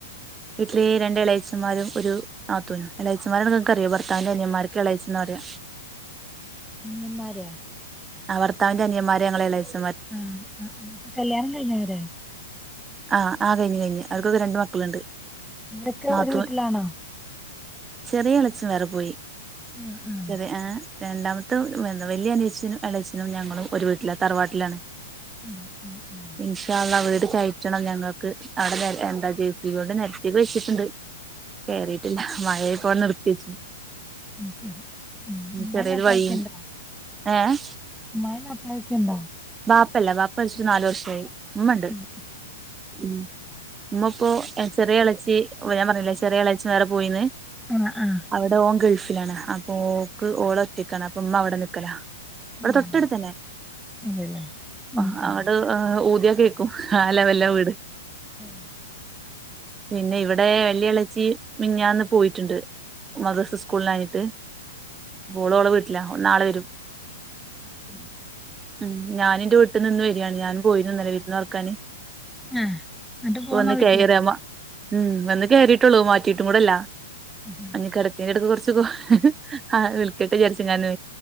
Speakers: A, on the right; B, in the centre.
A: വീട്ടില്െ രണ്ടളയച്ചന്മാരും ഒരു നാത്തൂനും എലാഴച്ചിമാരെങ്ങക്ക അറിയാം ഭർത്താന്റെ അന്യമാർ എളച്ച എന്ന് പറയാ
B: അന്ന്യ മാര്
A: അവർത്തവന്റെ അന്യമാരെ ഞങ്ങളെചൻ
B: ആഹ് ആഹ് കല്യാണം കഴിഞ്ഞവര
A: ആഹ് ആ കഴിഞ്ഞ് കഴിഞ്ഞ് അവർക്കൊക്കെ രണ്ട് മക്കളുണ്ട്
B: ഇതൊക്കെ
A: നാത്തൂൻ
B: ഒരു വീട്ടിലാണോ
A: ചെറിയ എളേച്ഛൻ വേറെ പോയി
B: ആഹ് ആഹ്
A: ചെറിയ ആഹ് രണ്ടാമത്തെ എന്താ വല്യ അനിച്ഛനും എളേച്ചനും ഞങ്ങളും ഒരു വീട്ടില തറവാട്ടിലാണ്
B: ഉം ഉം ഉം
A: ഇൻശാഅല്ലാഹ്‌ വീട് കയറ്റണം ഞങ്ങക്ക് അവിടെ നെര എന്താ ജെസിബിയൊണ്ട് നെരത്തിയൊക്കെ വെച്ചിട്ടുണ്ട് കേറീട്ടില്ല മഴയായപ്പോ നിർത്തി വച്ചു
B: ആഹ് ശരി ഉം മഴ
A: ചെറിയൊരു
B: നല്ലയിട്ട്ണ്ടോ
A: വഴിയും ഏഹ്
B: മഴ നന്നായിട്ട്ണ്ടോ
A: ബാപ്പല്ല ബാപ്പ മരിച്ചിട്ട് നാലു വർഷായി ഇമ്മണ്ട്
B: ഉം
A: ഉം ഇമ്മ ഇപ്പൊ ചെറിയ എളച്ചി ഞാൻ പറഞ്ഞില്ലേ ചെറിയ എളേച്ചൻ വേറെ പോയിന്ന്
B: ആണൊ ആഹ്
A: അവിടെ ഓൻ ഗൾഫിലാണ് അപ്പോക്ക് ഓള് ഒറ്റക്കാണ് അപ്പൊ ഇമ്മ അവിടെ നിക്കല ഇവിടെ
B: ആഹ്
A: തൊട്ടടുത്തന്നെ
B: അതെല്ലേ ഉം
A: ആഹ്
B: ഉം
A: അവിടെ ഏഹ് ഊതിയ കേക്കും ആഹ് ലെവലില വീട്
B: ആഹ്
A: പിന്നെ ഇവിടെ വല്യ എളേച്ചി മിഞ്ഞാന്ന് പോയിട്ട്ണ്ട് മദ്റസ് സ്കൂളില്ലാഞ്ഞിട്ട് അപ്പോള് ഓളെ വീട്ടില ഓള് നാളെ വരും
B: <inaudible>
A: ഉം ഞാനിന്റെ വീട്ടിന്ന് ഇന്ന് വരിയാണ് ഞാനും പോയിനുന്നലെ വിര്ന്നാർക്കാന്
B: ആഹ് എന്നിട്ട്
A: പ്പൊ
B: പോന്നോ
A: വന്ന്
B: വീട്ടിലേക്ക്
A: കയറ മ ഉം വന്ന് കേറിട്ടൊള്ളൂ മാറ്റിട്ടും കൂടെല്ല
B: ഉം.
A: അനി കിടക്കെ കിടക്ക് കുറച്ച് ആഹ് വിളക്കട്ടെ വിചാരിച്ച് ഞാനെ